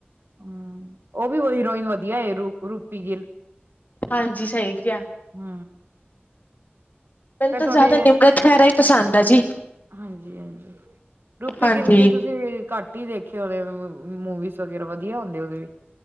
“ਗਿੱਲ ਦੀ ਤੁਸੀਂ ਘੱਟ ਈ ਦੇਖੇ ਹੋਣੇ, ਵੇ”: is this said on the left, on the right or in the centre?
Right